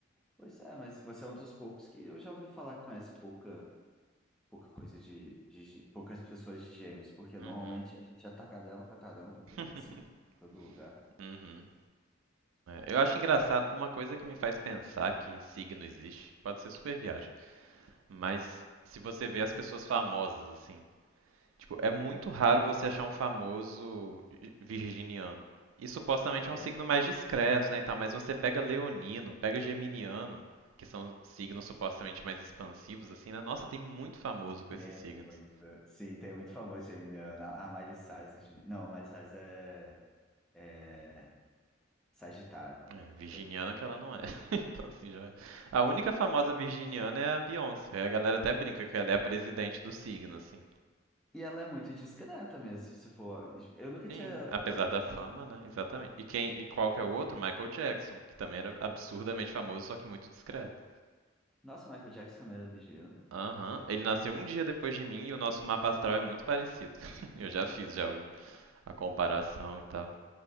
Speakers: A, in the centre; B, on the right.
A: Pois é, mas você é um dos poucos que eu já ouvi falar que conhece pouca, pouca coisa de, de, gê- poucas pessoas de gêmeos, porque
B: Uhum.
A: normalmente a gente é atacadela pra caramba,
B: <laughs>
A: fica assim em todo lugar.
B: Uhum. É, eu acho engraçado, uma coisa que me faz pensar que signo existe, pode ser super viagem, mas se você vê as pessoas famosas, assim, Tipo, é muito raro você achar um famoso virginiano. E supostamente é um
A: É,
B: signo mais discreto, né, e tal, mas você pega leonino, pega geminiano, que são signos supostamente mais expansivos, assim, né? Nossa, tem muito famoso com
A: tem
B: esses signos.
A: muito. Sim, tem muito famoso geminiano. A a Miley Cyrus é geminiana. Não, a Miley Cyrus é. é, Sagitário.
B: É, virginiana
A: que eu-
B: que ela não é. <laughs> Então, assim, já... é. A única famosa virginiana é a Beyoncé. Aí a galera até brinca que ela é a presidente do signo, assim.
A: E ela é muito discreta mesmo, se você for. Eu nunca
B: Sim,
A: tinha
B: apesar
A: parado
B: da
A: pra pensar.
B: fama, né? Exatamente. E quem e qual que é o outro? Michael Jackson, que também era absurdamente famoso, só que muito discreto.
A: Nossa, Michael Jackson também era virginiano.
B: Aham. Ele nasceu um dia depois de mim e o nosso mapa astral é muito parecido. <laughs> Eu já fiz já o- a comparação e tal.